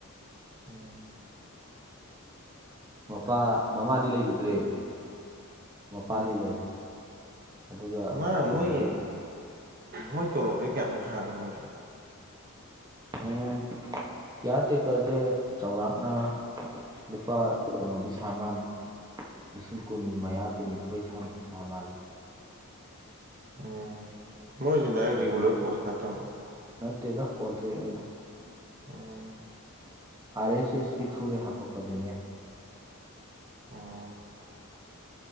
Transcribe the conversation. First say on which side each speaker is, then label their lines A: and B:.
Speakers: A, on the right; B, on the right.
A: ꯎꯝ
B: ꯃꯄꯥ ꯃꯃꯥꯗꯤ ꯂꯩꯈꯤꯗ꯭ꯔꯦ ꯃꯄꯥꯗꯤ
A: ꯎꯝ
B: ꯂꯩ ꯑꯗꯨꯒ
A: ꯃꯥ
B: ꯀꯩꯅꯣꯗꯤ
A: ꯃꯣꯏ ꯃꯣꯏ ꯇꯣꯂꯣꯞꯁꯦ ꯀꯌꯥꯃꯨꯛ ꯁꯥꯥꯡꯒꯦ ꯃꯣꯏꯁꯨ
B: ꯎꯝ ꯀꯤꯌꯥꯔ ꯇꯦꯛꯀꯔꯁꯦ ꯆꯥꯎꯧꯔꯥꯛꯅ ꯂꯨꯄꯥ ꯀꯩꯅꯣꯗꯤ ꯁꯥ ꯃꯥꯜꯂꯦ ꯂꯤꯁꯤꯡ ꯀꯨꯟ ꯃꯌꯥ ꯀꯨꯟꯅꯤꯊꯣꯏ ꯁꯥꯃꯨꯛꯇꯤ ꯆꯥ ꯃꯥꯜꯂꯦ
A: ꯎꯝ ꯃꯣꯏ ꯗꯥꯏꯔ ꯔꯔꯤꯒꯨꯔ
B: ꯇꯧ-
A: ꯄꯣꯁ ꯅꯠꯇꯝꯣ
B: ꯅꯠꯇꯦꯗ ꯀꯣꯟꯇ꯭ꯔꯦꯛꯅꯤꯗ
A: ꯎꯝ
B: ꯑꯔ ꯑꯦꯁ ꯑꯦꯁꯀꯤ ꯊ꯭ꯔꯨ ꯔꯦ ꯍꯥ ꯄꯣꯛꯄꯅꯦ
A: ꯑꯥ